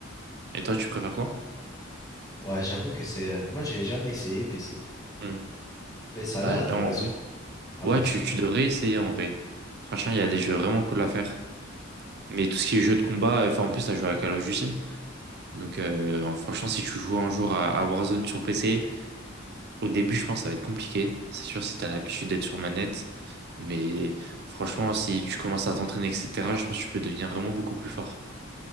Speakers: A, on the right; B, on the left.
A: Et toi, tu préfères quoi?
B: Ouais, j'avoue que c'est. euh, moi, j'ai jamais essayé PC.
A: Hmm.
B: Mais ça
A: Bah,
B: a l'air intéressant
A: en vrai.
B: avec
A: Ouais, tu,
B: ce que tu
A: tu
B: dis.
A: devrais essayer en vrai. Franchement, il y a des jeux vraiment cool à faire. Mais tout ce qui est jeu de combat, euh, enfin en plus, t'as joué à Call of Duty. Donc euh, franchement, si tu joues un jour à, à Warzone sur PC, au début, je pense que ça va être compliqué. C'est sûr si t'as l'habitude d'être sur manette. Mais franchement, si tu commences à t'entraîner, etc., je pense que tu peux devenir vraiment beaucoup plus fort.